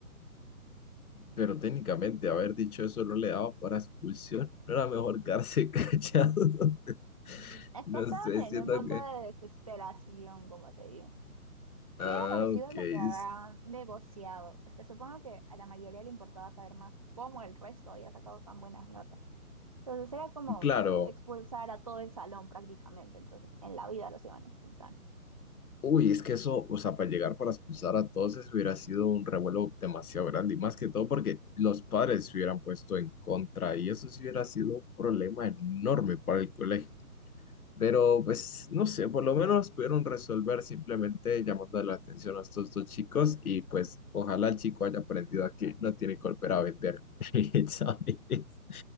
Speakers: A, on the left; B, on the right.
A: Pero técnicamente haber dicho eso no le daba para expulsión, no era mejor quedarse <laughs> callado.
B: Es
A: No
B: que estaban
A: sé,
B: en
A: siento
B: un punto
A: que...
B: de desesperación, como te digo.
A: Ah,
B: ¿Qué habrá sido
A: ok.
B: lo
A: s-
B: que habrán negociado? Es que supongo que a la mayoría le importaba saber más cómo el resto había sacado tan buenas notas. Entonces era como
A: Claro.
B: expulsar a todo el salón prácticamente. Entonces en la vida los iban a expulsar.
A: Uy, es que eso, o sea, para llegar para expulsar a todos eso hubiera sido un revuelo demasiado grande y más que todo porque los padres se hubieran puesto en contra y eso sí hubiera sido un problema enorme para el colegio. Pero pues, no sé, por lo menos pudieron resolver simplemente llamando la atención a estos dos chicos y pues ojalá el chico haya aprendido a que no tiene que volver a vender <laughs> exámenes.